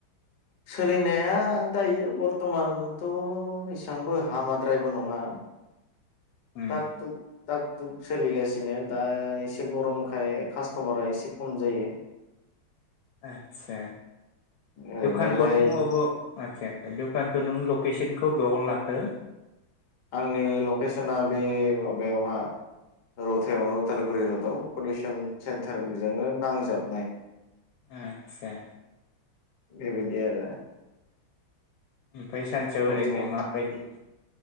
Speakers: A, on the left (about 50°); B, on the left (about 75°).
A: सोलिनाया दायो बरथमानथ' एसेबांबो हामाद्रायबो नङा
B: उम
A: थक तुक टाक टुक सोलिगासिनो दा एसे गरमखाय कास्टमारा एसे खम जायो
B: आतसा
A: ओरैनोलाय
B: दखान खौथ' <inaudible> आदसा दुखानखौ नों लकेसनखौ बेयाव लाखो
A: आंनि लकेसना बे माबायावहा रौथायावनो उदालगुरि रडआव पलिउसन सेन्टारजोंनो नांजाबनाय
B: आतसा
A: बेबायदि आरो
B: आमफाय सानसेयाव
A: बर्थमान
B: ओरैनो माबायदि